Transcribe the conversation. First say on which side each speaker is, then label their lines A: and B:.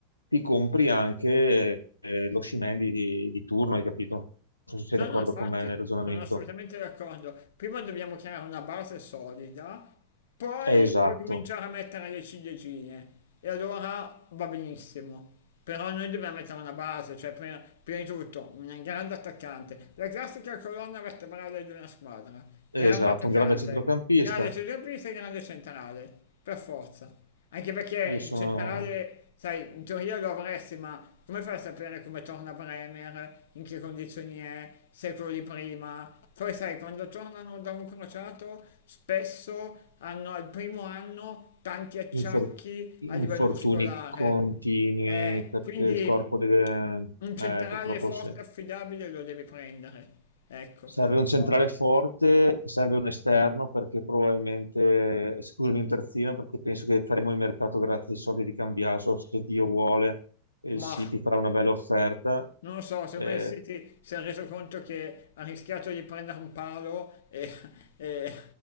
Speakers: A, on the left; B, on the left.
A: ti compri anche eh, lo Scimendi di, di turno, hai capito? Non so se sei
B: No,
A: d'accordo
B: no, infatti,
A: con me nel ragionamento.
B: sono assolutamente d'accordo. Prima dobbiamo creare una base solida, poi
A: Eh, Esatto,
B: puoi cominciare a mettere le ciliegine e allora va benissimo. Però noi dobbiamo mettere una base, cioè prima, prima di tutto un grande attaccante, la classica colonna vertebrale di una squadra, grande
A: esatto,
B: attaccante,
A: un grande centrocampista.
B: grande centrocampista e grande centrale, per forza. Anche perché
A: Io sono
B: il centrale, sai, in teoria lo avresti, ma come fai a sapere come torna Bremer, in che condizioni è, secoli prima? Poi sai, quando tornano da un crociato, spesso hanno al primo anno tanti acciacchi
A: infor- infortuni
B: a livello muscolare.
A: continui
B: Eh,
A: perché
B: quindi
A: il corpo deve,
B: un centrale
A: eh, purtroppo
B: forte,
A: se-
B: e affidabile lo devi prendere. Ecco,
A: serve
B: per
A: un centrale
B: forza.
A: forte, serve un esterno perché probabilmente, scusami un terzino perché penso che faremo il mercato grazie ai soldi di Cambiaso, se Dio vuole e
B: Ma...
A: il City farà una bella offerta.
B: Non lo so, secondo
A: Eh,
B: me il City si è reso conto che ha rischiato di prendere un palo e, e-